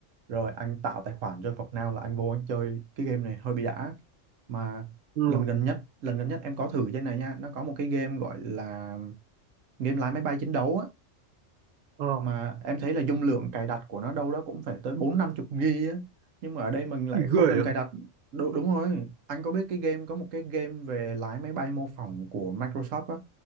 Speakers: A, on the right; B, on the right.
A: rồi anh tạo tài khoản cho Now là anh vô anh chơi cái game này hơi bị đã mà
B: ừ
A: lần gần nhất lần gần nhất em có thử trên này nha nó có một cái game gọi là game lái máy bay chiến đấu á
B: ờ
A: mà em thấy là dung lượng cài đặt của nó đâu đó cũng phải tới bốn năm chục gi á nhưng mà ở đây mình lại
B: gì
A: không
B: ghê
A: cần
B: vậy
A: cài đặt đúng, đúng rồi anh có biết cái game có một cái game về lái máy bay mô phỏng của Microsoft á